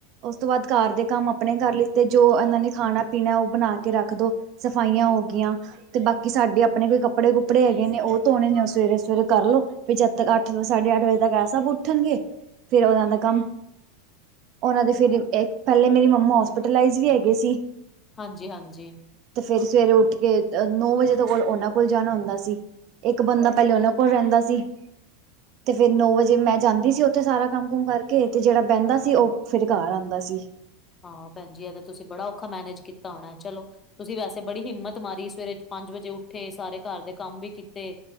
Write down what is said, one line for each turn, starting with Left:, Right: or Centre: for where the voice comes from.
Right: ਓਸ ਤੋਂ ਬਾਦ। ਘਰ ਦੇ ਕੰਮ ਆਪਣੇ ਕਰ ਲਿੱਤੇ ਜੋ ਐਨਾਂ ਨੇ ਖਾਣਾ -ਪੀਣਾ ਓ ਬਣਾ ਕੇ ਰੱਖ ਦੋ। ਸਫਾਈਆਂ ਹੋ ਗਈਆਂ ਤੇ ਬਾਕੀ ਸਾਡੇ ਆਪਣੇ ਕੋਈ ਕੱਪੜੇ -ਕੁਪੜੇ ਹੈਗੇ ਨੇ। ਓ ਧੋਣੇ ਨੇ ਸਵੇਰੇ -ਸਵੇਰੇ ਕਰ ਲੋ ਭੀ ਜਦ ਤੱਕ ਅੱਠ -ਸਾਢੇ ਅੱਠ ਵਜੇ ਤੱਕ ਐ ਸਭ ਉੱਠਣਗੇ। ਫੇਰ ਓਨਾ ਦਾ ਕੰਮ ਉਹਨਾਂ ਦੇ ਫਿਰ ਏ ਪੈਲੇ ਮੇਰੀ ਮੰਮਾ ਹੋਸਪੀਟਲਾਈਜ਼ ਵੀ ਹੈਗੇ ਸੀ।
Left: ਹਾਂਜੀ- ਹਾਂਜੀ।
Right: ਤੇ ਫੇਰ ਸਵੇਰੇ ਉੱਠ ਕੇ। ਨੌ ਵਜੇ ਤੋਂ ਕੋਲ ਓਨਾਂ ਕੋਲ ਜਾਣਾ ਹੁੰਦਾ ਸੀ। ਇਕ ਬੰਦਾ ਪੈਲੇ ਓਨਾਂ ਕੋਲ ਰੈਂਦਾ ਸੀ। ਤੇ ਫੇਰ ਨੌ ਵਜੇ ਮੈਂ ਜਾਂਦੀ ਸੀ। ਓਥੇ ਸਾਰਾ ਕੰਮ -ਕੁਮ ਕਰਕੇ। ਤੇ ਜੇੜਾ ਬੈਦਾ ਸੀ। ਓ ਫਿਰ ਘਰ ਆਦਾ ਸੀ।
Left: ਹਾਂ ਭੈਜੀ। ਐ ਤੇ ਤੁਸੀਂ ਬੜਾ ਔਖਾ ਮੈਨੇਜ ਕੀਤਾ ਹੋਣਾ। ਚਲੋ ਤੁਸੀਂ ਵੈਸੇ ਤੇ ਬੜੀ ਹਿੰਮਤ ਮਾਰੀ। ਸਵੇਰੇ ਪੰਜ ਵਜੇ ਉੱਠੇ। ਸਾਰੇ ਘਰ ਦੇ ਕੰਮ ਵੀ ਕੀਤੇ